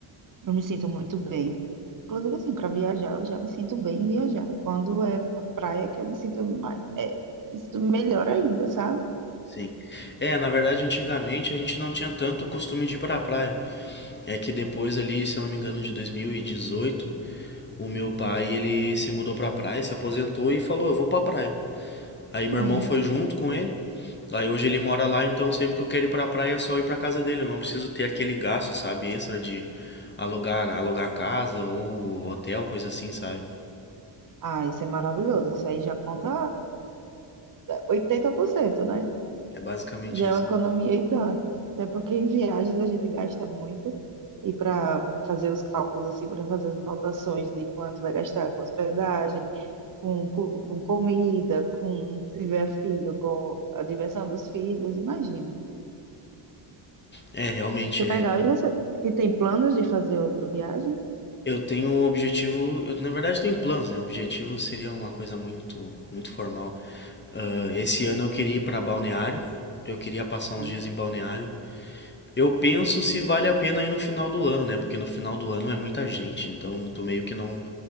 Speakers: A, on the right; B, on the left.
A: eu me sinto muito bem. Inclusive assim, para viajar, eu já me sinto bem em viajar. E quando é pra praia que eu me sinto mais, é, me sinto melhor ainda, sabe?
B: sim. É, na verdade antigamente a gente não tinha tanto costume de ir pra praia. É que depois ali, se eu não me engano, de 2018, o meu pai ele se mudou pra praia, se aposentou e falou, eu vou pra praia. Aí meu
A: Sim.
B: irmão foi junto com ele. Aí hoje ele mora lá, então sempre que eu quero ir pra praia é só ir pra casa dele. Eu não preciso ter aquele gasto, sabe, extra de alugar, alugar casa ou hotel, coisa assim, sabe?
A: Ah, isso é maravilhoso. Isso aí já conta 80%, né?
B: É basicamente
A: já
B: isso.
A: é uma economia e tanto. Até porque em viagens a gente gasta muito e para fazer os cálculos assim, para fazer as anotações de quanto vai gastar com hospedagem, com, co- com, comida, com se tiver filho, com a diversão dos filhos, imagina.
B: É, realmente
A: Mas que
B: é.
A: é legal. E você e tem planos de fazer outra viagem?
B: Eu tenho um objetivo, eu na verdade tenho planos, né? O objetivo seria uma coisa muito, muito formal. Ah, esse ano eu queria ir pra Balneário. Eu queria passar
A: Sim,
B: uns dias em Balneário. Eu penso se vale a pena ir no final do ano, né? Porque no final do ano é muita gente, então tu meio que não